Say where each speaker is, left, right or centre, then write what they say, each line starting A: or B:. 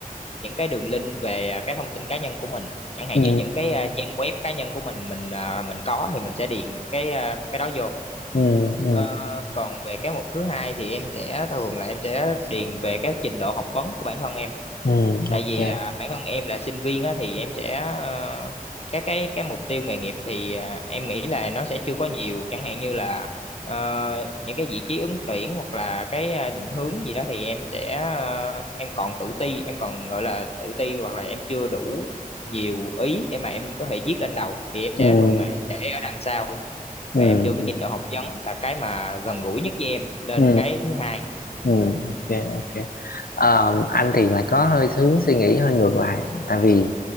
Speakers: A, on the left (about 45°); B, on the left (about 80°).
A: những cái đường link về à, cái thông tin cá nhân của mình. Chẳng hạn
B: ừ
A: như những cái à, trang web cá nhân của mình mình à, mình có thì mình sẽ điền cái à, cái đó vô.
B: ừ ừ
A: Ờ, còn về cái mục thứ hai thì em sẽ thường là em sẽ điền về cái trình độ học vấn của bản thân em
B: ừ
A: tại
B: ok
A: vì à, bản thân em là sinh viên á thì em sẽ ờ, cái cái cái mục tiêu nghề nghiệp thì à, em nghĩ là nó sẽ chưa có nhiều chẳng hạn như là ờ, những cái vị trí ứng tuyển hoặc là cái à, định hướng gì đó thì em sẽ ờ, em còn tự ti em còn gọi là tự ti hoặc là em chưa đủ nhiều ý để mà em có thể viết lên đầu thì em
B: ừ
A: sẽ thường là để ở đằng sau
B: ừ
A: và em đưa cái trình độ học vấn là cái mà gần gũi nhất với em lên
B: ừ
A: cái thứ hai
B: Ừ, ok ok Ờ, anh thì lại có hơi hướng suy nghĩ hơi ngược lại tại vì